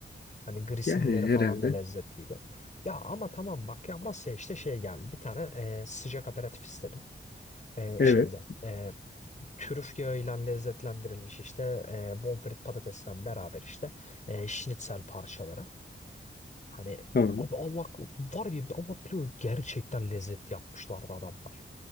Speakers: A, on the left; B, on the left.
A: Hani grisinileri
B: Yani
A: falan
B: herhalde.
A: da lezzetliydi. Ya ama tamam bak ya masaya işte şey geldi. Bir tane e, sıcak aperatif istedim. E,
B: Evet.
A: şeyle e, trüf yağıyla lezzetlendirilmiş işte e, bonfrit patatesle beraber işte e, şnitzel parçaları. Hani
B: Tamam.
A: abi Allah var ya Allah biliyor gerçekten lezzet yapmışlardı adamlar.